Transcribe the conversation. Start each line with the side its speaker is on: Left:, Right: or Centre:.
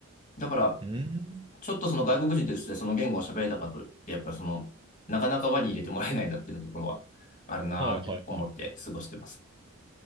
Left: だから、
Right: うん。
Left: ちょっとその外国人としてその言語を喋れたかといって、やっぱりその、なかなか輪に入れてもらえないなっていうところはあるなーって思って過ごしてます。
Right: はいはいはい。